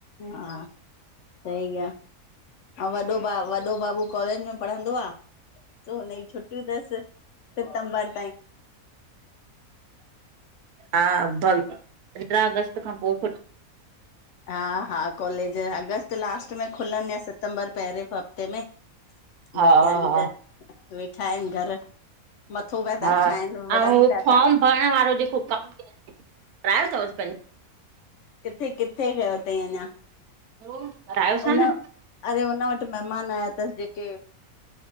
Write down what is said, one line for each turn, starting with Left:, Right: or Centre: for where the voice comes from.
Left: हा सही आ अऊ वॾो भा वॾो बाबू कॉलेज में पढ़ंदो आ। सो हुनयू छुटीयूं तस सितम्बरु
Right: <inaudible> हा भई पंद्रहं अगस्त खां पोइ खुल
Left: हा हा कॉलेज अगस्तु लास्ट में खुलनि या सितंबर पहिरें हफ़्ते में
Right: हा
Left: बाक़ी हाली
Right: हा
Left: त वेठा आहियुं घर मथो पिया
Right: हा
Left: था खाइनि
Right: ऐं
Left: विढ़नि
Right: उहो
Left: पिया
Right: फॉर्म
Left: था।
Right: भरण <unintelligible>
Left: किथे किथे कयो तई अञा।
Right: <unintelligible>
Left: उन
Right: न?
Left: अरे उन वटि मेहमान आया थस जेके